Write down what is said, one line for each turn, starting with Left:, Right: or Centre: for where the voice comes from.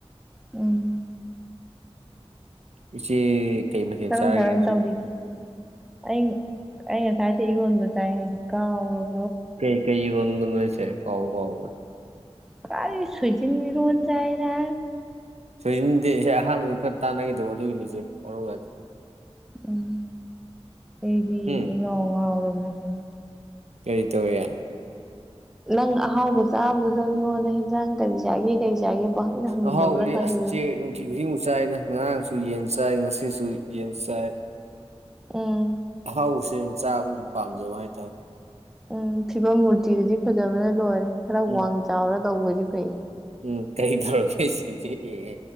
Centre: ꯎꯝ
Right: ꯏꯆꯦ ꯀꯩ ꯃꯊꯦꯜ
Centre: ꯀꯔꯝ
Right: ꯆꯥꯒꯦ
Centre: ꯀꯔꯝ
Right: ꯁꯤꯗꯤ
Centre: ꯇꯧꯔꯤꯒꯦ ꯑꯩ ꯑꯩ ꯉꯁꯥꯏꯗ ꯏꯔꯣꯟꯕ ꯆꯥꯏ ꯍꯥꯏꯁꯤ ꯀꯥꯎꯔꯕ
Right: ꯀꯩ ꯀꯩꯒꯅ ꯆꯦ ꯀꯥꯎ ꯀꯎ
Centre: ꯀꯔꯤ ꯁꯏꯗꯤꯡ ꯃꯤꯔꯣꯟꯖꯥꯏꯔ
Right: ꯁꯣꯏꯖꯤꯟꯗꯦ ꯏꯁꯩ ꯑꯍꯥꯟꯕꯗ ꯈꯔ ꯇꯥꯟꯅꯈꯤꯗꯧꯕ ꯑꯗꯨꯒꯤꯅꯤꯆꯦ ꯑꯣꯔꯒꯗꯤ
Centre: ꯎꯝ ꯑꯩꯗꯤ
Right: ꯎꯝ
Centre: ꯏꯉꯥꯎ ꯉꯥꯎꯔꯝꯃꯦ <unintelligible>
Right: ꯀꯔꯤ ꯇꯧ ꯌꯥꯟ
Centre: ꯅꯪ ꯑꯍꯥꯎꯕ ꯆꯥꯕꯗꯨꯗ ꯃꯤꯉꯣꯟꯗ ꯍꯦꯟꯖꯥꯡ ꯀꯔꯤ ꯆꯥꯒꯦ ꯀꯔꯤ ꯆꯥꯒꯦ ꯄꯪꯍꯪꯗ ꯍꯪꯅꯤꯡꯉꯕ꯭ꯔꯥ
Right: ꯑꯍꯥꯎꯕꯗꯤ
Centre: ꯈꯜꯂꯨꯔꯦꯉꯣ
Right: ꯑꯁꯁꯦ ꯅꯨꯡꯇꯤ ꯈꯨꯗꯤꯡ ꯑꯃꯛ ꯆꯥꯏꯗꯅ ꯉꯔꯥꯡ ꯑꯗꯨꯨ ꯌꯦꯟ ꯆꯥꯏ ꯉꯁꯤ ꯁꯨ ꯌꯦꯟꯁꯥꯏ
Centre: ꯎꯝ
Right: ꯍꯥꯎ ꯆꯥꯕ ꯄꯥꯝꯖꯕ ꯍꯥꯏꯇꯥꯔꯦ
Centre: ꯎꯝ ꯐꯤꯕꯝ ꯃꯨꯔꯇꯤꯗꯨꯗꯤ ꯐꯖꯕ꯭ꯔꯥ ꯂꯣꯏ ꯈꯔ
Right: ꯎꯝ
Centre: ꯋꯥꯡꯒ ꯆ ꯑꯣꯔ ꯂꯎꯋꯗꯤ ꯐꯩ
Right: ꯎꯝ ꯀꯔꯤ ꯇꯧꯔꯒꯦ ꯁꯤꯁꯦ ꯑꯦ